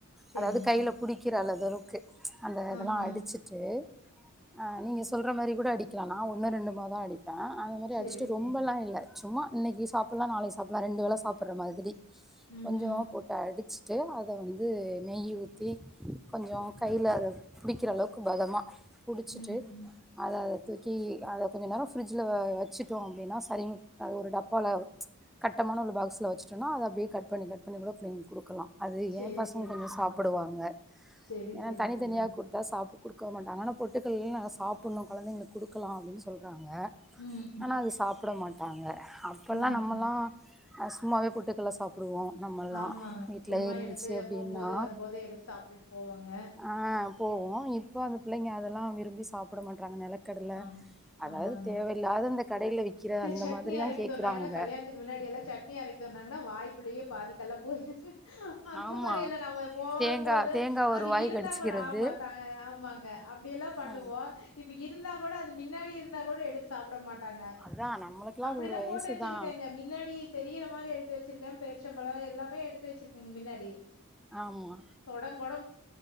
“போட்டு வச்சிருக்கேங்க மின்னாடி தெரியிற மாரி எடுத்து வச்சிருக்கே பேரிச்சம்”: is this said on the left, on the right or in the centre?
Left